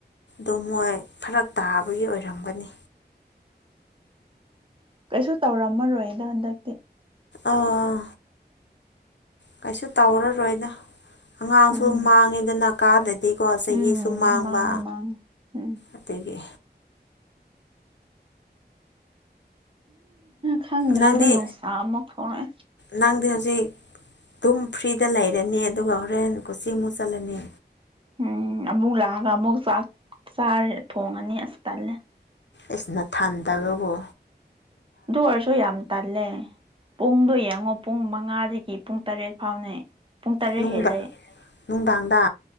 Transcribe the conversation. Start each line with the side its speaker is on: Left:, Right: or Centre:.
Left: ꯑꯣ ꯃꯣꯏ ꯐꯔꯛ ꯇꯥꯕꯒꯤ ꯑꯣꯏꯔꯝꯒꯅꯤ
Right: ꯀꯩꯁꯨ ꯇꯧꯔꯝꯃꯔꯣꯏꯗ ꯍꯟꯗꯛꯇꯤ
Left: ꯑꯥ ꯀꯩꯁꯨ ꯇꯧꯔꯔꯣꯏꯅ ꯑꯉꯥꯡꯁꯨ
Right: ꯎꯝ
Left: ꯃꯥꯡꯉꯦꯗꯅ ꯀꯥꯗꯗꯤ ꯑꯗꯤꯀꯣ ꯆꯍꯤ
Right: ꯎꯝ
Left: ꯁꯨꯝ ꯃꯥꯡꯕ
Right: ꯃꯥꯡꯉꯦ ꯃꯥꯡꯉꯦ ꯎꯝ
Left: ꯑꯗꯒꯤ
Right: ꯈꯪꯗ꯭ꯔꯦꯗ
Left: ꯅꯪꯗꯤ
Right: ꯅꯨꯡꯁꯥ ꯑꯃ ꯊꯣꯛꯂꯛꯑꯦ
Left: ꯅꯪꯗꯤ ꯍꯧꯖꯤꯛ ꯑꯗꯨꯝ ꯐ꯭ꯔꯤꯗ ꯂꯩꯔꯅꯤ ꯑꯗꯨꯒ ꯍꯣꯔꯦꯟ ꯀꯣꯆꯤꯡꯃꯨꯛ ꯆꯠꯂꯅꯤ
Right: ꯎꯝ ꯑꯃꯨꯛ ꯂꯥꯛꯑꯒ ꯑꯃꯨꯛꯥꯛ ꯆꯥꯔꯦ ꯊꯣꯡꯉꯅꯤ ꯑꯁ ꯇꯜꯂꯦ
Left: ꯑꯁꯤꯅ ꯊꯟ ꯇꯕꯕꯨ
Right: ꯑꯗꯨ ꯑꯣꯏꯔꯁꯨ ꯌꯥꯝ ꯇꯜꯂꯦ ꯄꯨꯡꯗꯣ ꯌꯦꯡꯉꯣ ꯄꯨꯡ ꯃꯉꯥꯗꯒꯤ ꯄꯨꯡ ꯇꯔꯦꯠ ꯐꯥꯎꯅꯩ ꯄꯨꯡ ꯇꯔꯦꯠ
Left: ꯅꯨꯡꯗ
Right: ꯍꯦꯜꯂꯦ
Left: ꯅꯨꯡꯗꯥꯡꯗ